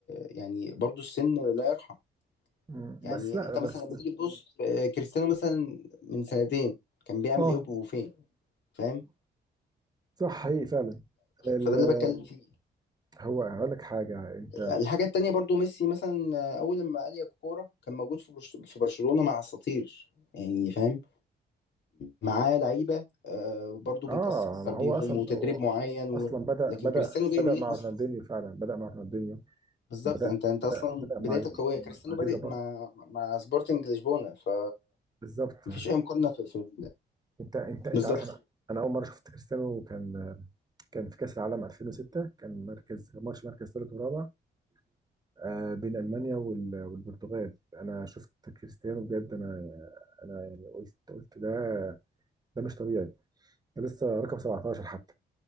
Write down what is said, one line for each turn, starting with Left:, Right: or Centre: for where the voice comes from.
Left: يعني برضو السن لا يرحم
Right: مم،
Left: يعني
Right: بس لا
Left: انت
Right: بس
Left: مثلا لما تيجي تبص آه، كريستيانو مثلا من سنتين كان بيعمل
Right: اه
Left: ايه وفين فاهم
Right: صح حقيقي فعلا ال-
Left: فده اللي بتكلم فيه
Right: هو هقول لك حاجه انت
Left: الحاجة التانية برضو ميسي مثلا آه، أول لما قال يا كورة كان موجود في برش- في برشلونة مع أساطير يعني فاهم معاه لعيبة آه، برضو بيتأثر
Right: اه ما
Left: بيهم
Right: هو اصلا
Left: وتدريب
Right: هو
Left: معين و...
Right: اصلا بدا
Left: لكن
Right: بدا
Left: كريستيانو جاي
Right: بدا
Left: منين
Right: مع
Left: أصلا
Right: رونالدينيو فعلا بدا مع رونالدينيو
Left: بالظبط
Right: بدا
Left: انت انت
Right: بدا
Left: اصلا
Right: بدا
Left: بدايتك
Right: مع
Left: قويه كريستيانو
Right: مع
Left: بادئ
Right: جيل جبار
Left: مع مع سبورتنج لشبونه ف
Right: بالظبط
Left: مفيش اي مقارنه في, في
Right: انت انت انت
Left: بالظبط
Right: عارف انا انا اول مره شفت كريستيانو كان كان في كاس العالم 2006 كان مركز ماتش مركز ثالث ورابع آه بين المانيا وال- والبرتغال انا شفت كريستيانو بجد انا انا يعني قلت قلت ده ده مش طبيعي ده لسه رقم 17 حتى